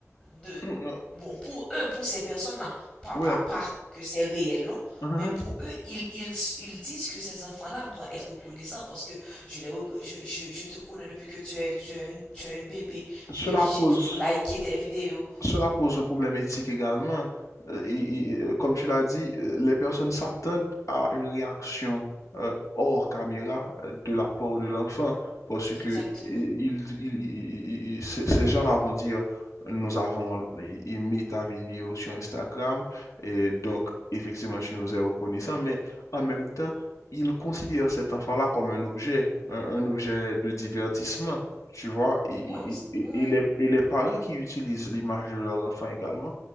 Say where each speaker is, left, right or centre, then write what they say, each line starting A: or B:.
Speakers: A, on the left (about 20°); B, on the left (about 80°).
A: de,
B: mhm,
A: bon, pour eux, pour ces personnes-là, pas,
B: ouais,
A: pas, pas que c'est réel, non?
B: mhm.
A: Mais pour eux, ils, ils, ils disent que ces enfants-là doivent être reconnaissants parce que je, les, je, je, je te connais depuis que tu es, tu es, une, tu es une bébé. Je-
B: Cela
A: J'ai
B: pose
A: toujours liké tes vidéos.
B: Cela pose un problème éthique également. Euh, et- et, euh, comme tu l'as dit, euh, les personnes s'attendent à une réaction euh, hors caméra euh, de la part de l'enfant parce que
A: Exactement.
B: euh, ils- ils- ils- ils- ces ces gens-là vont dire, nous avons aimé ta vidéo sur Instagram et donc effectivement tu nous es reconnaissant, mais en même temps, ils considèrent cet enfant-là comme un objet, un un objet de divertissement. Tu vois, et,
A: Ouais,
B: et- et-
A: ouais, ouais.
B: et les, et les parents qui utilisent l'image de leur enfant également